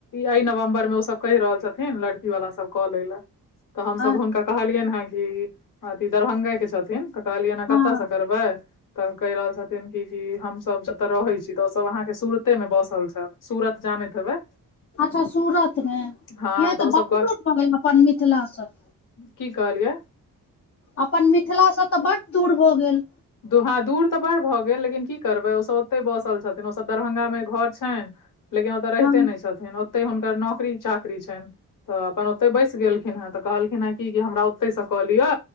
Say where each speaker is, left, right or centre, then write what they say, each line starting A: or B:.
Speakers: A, on the left; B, on the left.
A: एहि नवम्बर मे ओ सब कहि रहल छथिन लड़की वाला सब कऽ लै लए तऽ हमसब
B: अ
A: हुनका कहलियनि हँ कि अथी दरभ्ंगेके के छथिन तऽ कहलियै हाँ
B: हँ
A: कतयसँ करबै तऽ कहि रहल छथिन कि की हमसब जत रहै छी ओ सब अहाँके सूरते मे बसल छथ सूरत जानैत हेबै
B: अच्छा सूरत मे
A: हँ
B: यै तऽ
A: ओसभ
B: बहुत
A: कह
B: दूर भगेल अपन मिथिला स
A: की कहलियै
B: अपन मिथिलासँ तऽ बड दूर भऽ गेल
A: दूर हँ दूर तऽ बड़ भऽ गेल लेकिन की करबै ओसब ओतै बसल छथिन ओसब दरभंगामे घर छैन लेकिन ओतय रहिते
B: हँ
A: नै छथिन ओते हुनकर नौकरी चाकरी छैन तऽ अपन ओतय बैसि गेलखिन हेँ तऽ कहलखिन हेँ कि की हमरा ओतहिसँ कऽ लिअ